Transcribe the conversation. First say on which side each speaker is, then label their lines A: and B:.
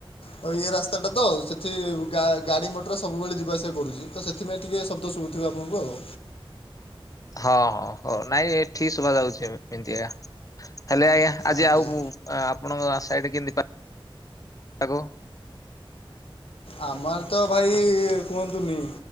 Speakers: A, on the left; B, on the left.
A: ଆଉ ଇଏ ରାସ୍ତା ଟା ତ ସେଠି ଗା-ଗାଡି ମଟର ସବୁବେଳେ ଯିବା ଆସିବା କରୁଛି ତ ସେ ଥିପାଇଁ ଟିକେ ଶବ୍ଦ ଶୁଭୁଥିବ ଆପଣଙ୍କୁ ଆଉ।
B: ହଁ ହଁ ହଉ ନାଇଁ ଏଠି ଶୁଭାଯାଉଛି ଏମିତିକା ହେଲେ ଆଜ୍ଞା ଆଜି
A: ଆଜ୍ଞା
B: ଆଉ ଆପଣଙ୍କ ସାଇଡ କେମିତି ପା ପାଗ?
A: ଆମ ଆଡ଼େ ତ ଭାଇ କୁହନ୍ତୁନି।